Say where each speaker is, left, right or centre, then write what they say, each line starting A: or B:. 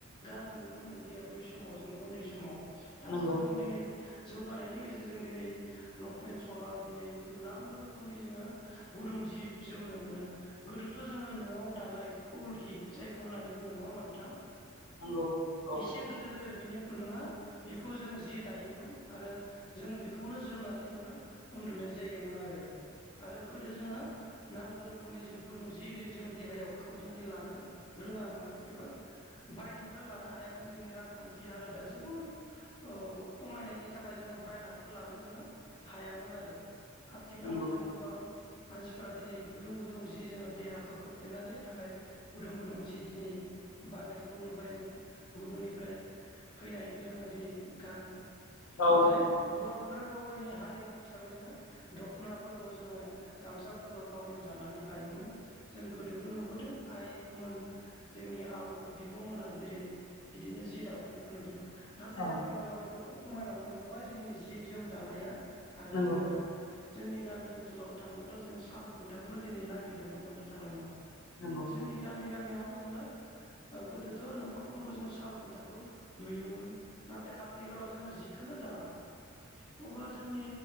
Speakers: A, on the left; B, on the left.
A: गानबोनो नो मोनदिया बै समाव जोङो उन्दै समाव। दासो
B: नंगौ
A: जों दिनै जौ जौगानायनि गेजेरजों दिनै लंपेनट सला दिनै जों नांगौ रोखमनि जोङो गुदुं जि जोमनो मोनो गोदोथ' जोङो न'आव दानाय उल हि जायखौ होननानै बुङो नङा ओमबा नोंथां?
B: नंगौ औ
A: एसे गोदोर गोदोर बिनि खुन्दुंङा बेखौ जों जि दायोमोन आरो जों बेखौनो जोमनानै जोङो उन्दुनाय जायोमोन आरो आरो गोदो जोङो नांगो रोखोम गुदुं जि जों देहायाव खोबनानै लानो रोङामोन एबा बायनो लानो हायामोन जों रांखान्थि हालोदा जोबोर ओ खमायनायनि थाखाय जों बायना लानो जोङो हायामोन आरो आथिखालाव
B: नंगौ
A: जों गोबां मानसिफोरा दिनै गुदुं गुदुं जि जोङो देहाखौ खोबथेनानै थाखाय गुदुं गुदुं जि दिनै बानायखौ नुबाय जोंङो। गुबुननिफ्राय फैनायखो जोङो दिनै गानो
B: औ
A: नाथाय बर' फ्रा गाव गावनि हारिमु हिसाबै जोङो दख'नाफोरखौ जोङो गामसाफोरखौ गावनो दानानै लायोमोन जों गोदोबो नुबोदो आइमोन जोंनि आब' बिब'मोना जेरै बिदिनो जि दाबोनायखौ नुदों नाथाय
B: औ
A: आथिखालाव जोबोर खमायलांनो हमबाय जोंनि जि जोम दानाया आरो
B: नंगौ
A: जोङो जोंनि गामि ओनसोल ओनसोलाव थाङोब्ला जोङो सान खुन्थाखौनो दिनै नागिरनानै मोननो थांनाय नङा।
B: नंगौ
A: जोंनि गामि गामियाव जोङो ओ गोदोथ' न'खर फ्रोमबो जों साल खुन्थाखौ नुयोमोन नाथाय आथिखालाव जोङो जिखौनो दाला।
B: <inaudible>
A: अब्ला जोंनि